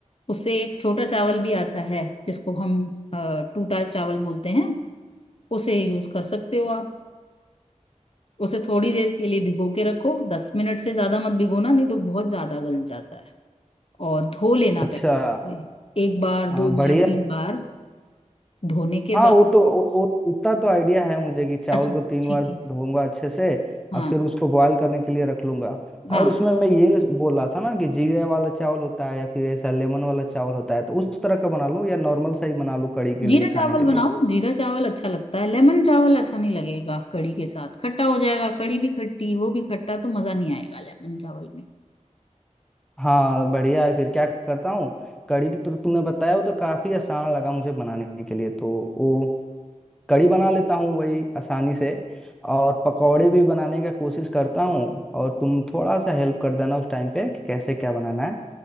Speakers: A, on the left; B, in the centre.
A: उससे एक छोटा चावल भी आता है जिसको हम अ, टूटा चावल बोलते हैं उसे यूज कर सकते हो आप उसे थोड़ी देर के लिए भिगो के रखो दस मिनट से ज्यादा मत भिगोना नहीं तो बहुत ज्यादा गल जाता है और धो लेना
B: अच्छा
A: पहले एक बार दो
B: हाँ बढ़िया
A: बार तीन बार धोने के
B: हाँ
A: बाद
B: वो तो वो, वो उतना तो आइडिया है मुझे कि चावल
A: अच्छा
B: को तीन
A: ठीक
B: बार धोऊंगा
A: है
B: अच्छे से
A: हाँ
B: और फिर उसको बॉयल करने के लिए रख लूंगा
A: हाँ
B: और उसमें मैं ये बोल रहा था ना कि जीरा वाला चावल होता है या फिर ऐसा लेमन वाला चावल होता है तो उस तरह का बना लूँ या नॉर्मल सा ही बना लूँ कड़ी के
A: जीरा
B: लिए खाने
A: चावल
B: के लिए
A: बनाओ जीरा चावल अच्छा लगता है लेमन चावल अच्छा नहीं लगेगा कढ़ी के साथ खट्टा हो जाएगा कढ़ी भी खट्टी वो भी खट्टा तो मजा नहीं आएगा लेमन चावल में
B: हाँ बढ़िया है फिर क्या करता हूँ कड़ी की तो तुमने बताया वो तो काफी आसान लगा मुझे बनाने के लिए तो वो कड़ी बना लेता हूँ वही आसानी से और पकौड़े भी बनाने का कोशिश करता हूँ और तुम थोड़ा सा हेल्प कर देना उस टाइम पे कि कैसे क्या बनाना है